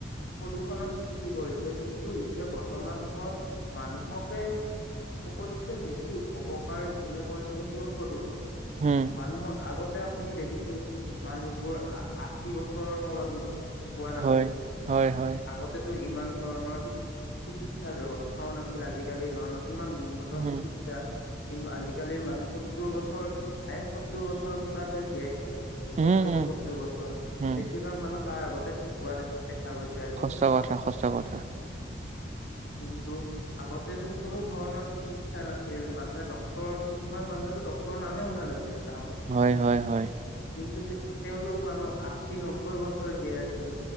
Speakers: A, on the left; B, on the right.
A: প্ৰদূৰণৰ সৃষ্টি কৰিছে কিন্তু এতিয়া বৰ্তমান সময়ত মানুহকে চবতছে বেছি অপকাৰ যোনে পৰিচিত হল প্ৰদূষণ
B: উম
A: মানুহৰ আগত আপুনি দেখিছিল মানুহবোৰ আশী বছৰৰ তলত নতুন শুকোৱা নাছিল
B: হয় হয় হয়
A: আগতে টো ইমান ধৰণৰ চিকিৎসাৰ ব্যয়ৱস্থাও নাছিল আজিকালি ধৰণৰ কিমান উন্নত
B: উম
A: চিকিৎসা কিন্তু আজি কালিৰ মানুহ সত্তৰ বছৰ হায়েচ। সত্তৰ বছৰ কিবাকৈ জীয়াই থাকে।
B: উম
A: সত্তৰ
B: উম
A: পয়সত্তৰ বছৰ
B: উম
A: বেছিভাগ মানুহ তাৰ আগতে ঢুকুৱা দেখায়। দেখা গৈছে আজিকালি।
B: সঁচা কথা সঁচা কথা
A: কিন্তু আগতেো কোনো ধৰণৰ চিকিৎসা নাছিল মানুহে ডক্তৰ ডক্তৰ কিছমান মানুহেতটো ডক্তৰ নামে শুনা নাে
B: হয় হয় হয়।
A: কিন্তু তেওঁলোক মানুহ আশী নব্বৈ বছৰ জীয়াই আছিল।